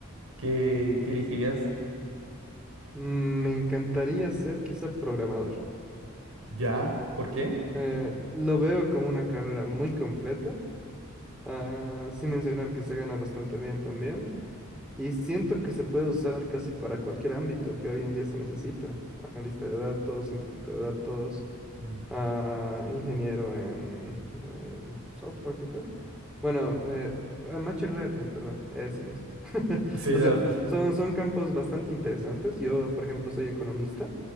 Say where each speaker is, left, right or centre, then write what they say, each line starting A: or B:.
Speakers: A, on the right; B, in the centre.
A: ¿qué, qué elegirías?
B: Mm, Me encantaría ser quizá programador.
A: ¿Ya? ¿Por qué?
B: Eh, lo veo como una carrera muy completa, ah, sin mencionar que se gana bastante bien también. Y siento que se puede usar casi para cualquier ámbito que hoy en día se necesita. Analista de datos, científico de datos,
A: Mm.
B: ah, ingeniero en eh, software, creo que es. Bueno, eh, ah, Machine Learning, perdón, eso mismo. <laughs>
A: Sí,
B: O
A: lo-
B: sea,
A: <laughs>
B: son, son campos bastante interesantes. Yo, por ejemplo, soy economista.